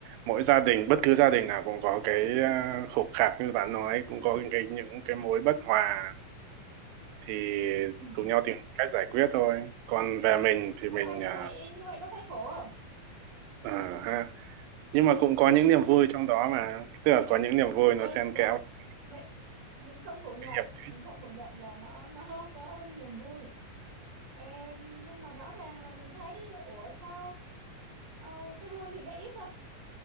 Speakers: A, on the right; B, on the right.
A: mỗi gia đình bất cứ gia đình nào cũng có cái à, khục khạc như bạn nói cũng có những cái những cái mối bất hòa thì
B: ừ
A: cùng nhau tìm cách giải quyết thôi còn về mình thì
B: nhưng
A: mình
B: mà như
A: à,
B: vậy như vậy có thấy khổ
A: à, ha nhưng mà cũng có những niềm vui trong đó mà tức là có những niềm vui nó
B: ừ
A: xen
B: đúng
A: kẽ cái,
B: mình mình không phủ nhận
A: cái hiểm khích
B: mình không phủ nhận là nó nó có niềm vui Ờ, nhưng mà rõ ràng là mình thấy ủa sao ờ, cái vui thì nó ít thôi